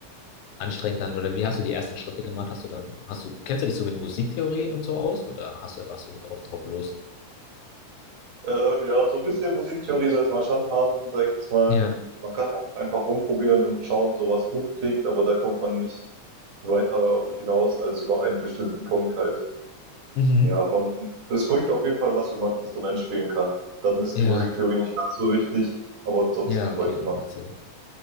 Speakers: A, on the left; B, on the right.
A: anstrengend dann, oder wie hast du die ersten Schritte gemacht? Hast du dann, hast du, kennst du dich so mit Musiktheorie und so aus oder hast du einfach so drauf, drauf los?
B: Äh, ja, so ein bisschen Musiktheorie sollte man schon haben, sage ich jetzt mal.
A: Ja,
B: Man kann auch einfach rumprobieren und schauen, so was gut klingt, aber da kommt man nicht weiter hinaus als über einen bestimmten Punkt halt.
A: mhm.
B: Ja, man es bringt auf jeden Fall was, wenn man ein Instrument spielen kann. Dann ist
A: Ja,
B: die Musiktheorie nicht ganz so wichtig, aber ansonsten
A: ja,
B: bräuchte
A: okay,
B: man.
A: macht Sinn.